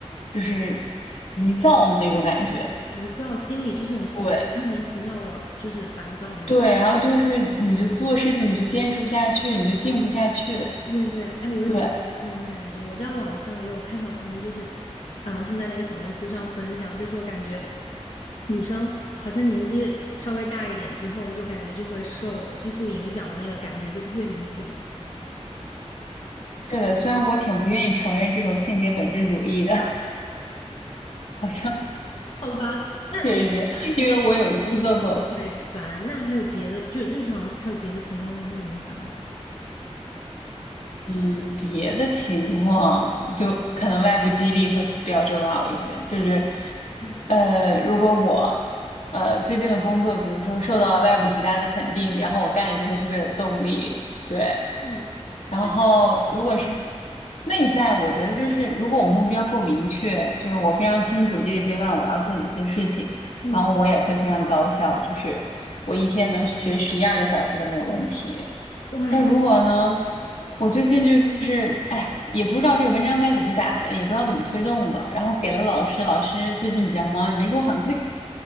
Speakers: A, on the left (about 80°); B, on the left (about 55°).
A: 就是急躁那种感觉。
B: 急躁，心里就是很烦，
A: 对，
B: 莫名其妙的，就是烦躁嘛。
A: 对，然后就是你就做事情你就坚持不下去，你就静不下去。
B: 对对，哎，我有这种感觉，
A: 对，
B: 我在网上也有看到他们，就是，嗯、他们在那个小红书上分享，就说感觉女生好像年纪稍微大一点之后，就感觉就会受激素影响的那个感觉就特别明显，
A: 是的，虽然我挺不愿意承认这种性别本质主义的，<laughs> 好像
B: 好吧？那那也就是还
A: 确实，因为我有一次问过，
B: 还是会烦，那还有别的，就日常还有别的情况，它会影响吗？
A: 嗯，别的情况就可能外部激励会比较重要一些，就是，
B: 嗯
A: 呃，如果我呃最近的工作，比如说受到了外部极大的肯定，然后我干着就会特别有动力，对，
B: 嗯，
A: 然后如果是
B: 就是嗯
A: 内在，我觉得就是如果我目标够明确，就是我非常清楚这个阶段我要做哪些事情，
B: 嗯
A: 然后我也会非常高效，就是我一天能学十一二个小时都没有问题。
B: 哇塞，
A: 但如果呢，我最近就是哎呀，也不知道这个文章该怎么改了，也不知道怎么推动了，然后给了老师，老师最近比较忙，也没给我反馈，